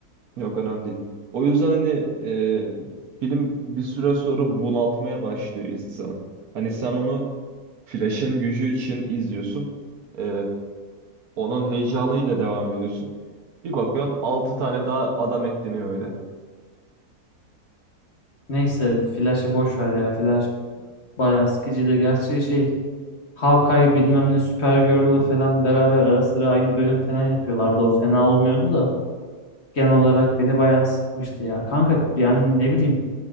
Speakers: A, on the right; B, on the left.
A: yok önemli değil. O yüzden hani e, film bir süre sonra bunaltmaya başlıyor insanı. Hani sen onu Flash'ın gücü için izliyorsun. E, onun heyecanıyla devam ediyorsun. Bir bakıyorsun 6 tane daha adam ekleniyor öyle.
B: Neyse Flash'ı boş ver ya. Flash bayağı sıkıcıydı. Gerçi şey Hawkeye bilmem ne Supergirl'la falan beraber ara sıra aynı bölüm falan yapıyorlardı. O fena olmuyordu da. Genel olarak beni bayağı sıkmıştı ya. Kanka yani ne bileyim.